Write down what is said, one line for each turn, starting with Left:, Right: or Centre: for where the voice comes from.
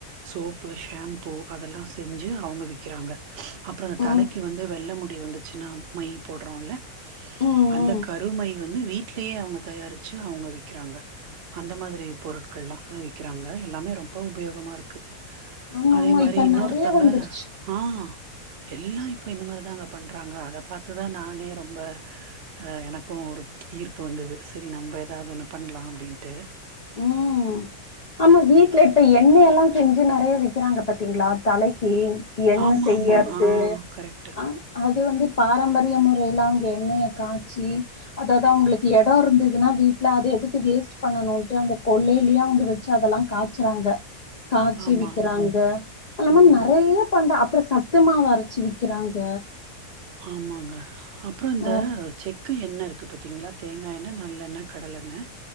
Right: சோப்பு ஷாம்பூ அதெல்லா செஞ்சு அவங்க விக்றாங்க அப்புறம் இந்த
Left: ம்
Right: தலைக்கு வந்து வெள்ள முடி வந்துச்சுன்னா மை போடுறோன்ல
Left: ம்
Right: அந்த
Left: ம்
Right: கருமை வந்து வீட்லயே அவங்க தயாரிச்சு அவங்க விக்றாங்க அந்த மாதிரி பொருட்கள்லா அங்க விக்கிறாங்க எல்லாமே ரொம்ப உபயோகமாக இருக்கு
Left: ஆமா
Right: அதே
Left: ஆமா
Right: மாரி
Left: இப்ப
Right: இன்னொருத்தங்க
Left: நெறைய வந்துருச்சு
Right: ஆன் எல்லா இப்ப இந்த மாரிதாங்க பண்றாங்க அத பாத்துதான் நானே ரொம்ப அ எனக்கும் ஒரு ஈர்ப்பு வந்தது சரி நம்ப எதாது ஒண்ணு பண்ணலாம் அப்டின்ட்டு
Left: ம் ஆமா வீட்ல இப்ப எண்ணெய் எல்லாம் செஞ்சு நெறயா விக்றாங்க பாத்தீங்களா தலைக்கு எண்ணெ
Right: ஆமா
Left: செய்யறது
Right: ஆமா ஆ கரெக்ட்
Left: ஆன் அது வந்து பாரம்பரிய முறையில அவங்க எண்ணெய காய்ச்சி அதாது அவங்களுக்கு எடோ இருந்ததுன்னா வீட்ல அத எதுக்கு வேஸ்ட் பண்ணணுன்ட்டு அந்த கொள்ளேலயே அவங்க வச்சு அதெல்லா காச்சறாங்க காச்சி
Right: ஆமா
Left: விக்கிறாங்க அத இல்லாம
Right: ம்
Left: நெறைய பண்ற அப்புற சத்துமாவு அரச்சி விக்குறாங்க
Right: ஆமாங்க அப்பறம் இந்த
Left: ஆ
Right: செக் க்கு எண்ணெ இருக்கு பாத்தீங்களா தேங்காய் எண்ணெ நல்லெண்ணெ கடல் எண்ணெ